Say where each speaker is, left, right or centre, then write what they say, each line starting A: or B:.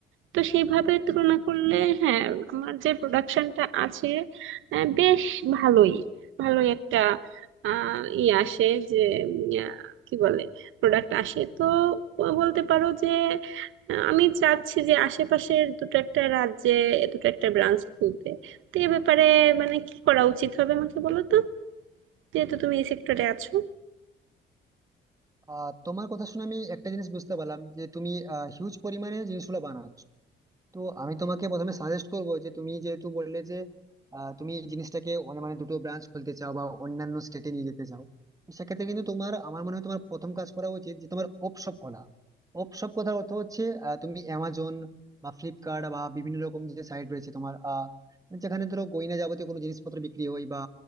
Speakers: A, on the right; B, on the right.
A: তো সেইভাবে তুলনা করলে হ্যাঁ আমার যে প্রোডাকশনটা আছে আহ, বেশ ভালোই ভালোই একটা আহ ই আসে যে উম, আহ, কি বলে প্রোডাক্ট আসে তো বলতে পারো যে আহ, আমি চাচ্ছি যে আশেপাশের দুটো একটা রাজ্যে দুটো একটা ব্রাঞ্চ খুলতে তো এ ব্যাপারে মানে কি করা উচিত হবে আমাকে বলো তো যেহেতু তুমি এই সেক্টরে আছো
B: আহ, তোমার কথা শুনে আমি একটা জিনিস বুঝতে পারলাম যে তুমি হিউজ পরিমাণে জিনিসগুলো বানাচ্ছ তো আমি তোমাকে প্রথমে সাজেস্ট করবো যে তুমি যেহেতু বললে যে আহ, তুমি এই জিনিসটাকে অনে- মানে দুটো ব্রাঞ্চ খুলতে চাও বা অন্যান্য স্টেটে নিয়ে যেতে চাও তো সেক্ষেত্রে কিন্তু তোমার আমার মনে হয় তোমার প্রথম কাজ করা উচিত যে তোমার অপশপ খোলা অপশপ কথার অর্থ হচ্ছে আহ, তুমি অ্যামাজন বা ফ্লিপকার্ট বা বিভিন্ন রকম যে সাইট রয়েছে তোমার আহ, যেখানে ধরো গয়না যাবতীয় কোনো জিনিসপত্র বিক্রি হয় বা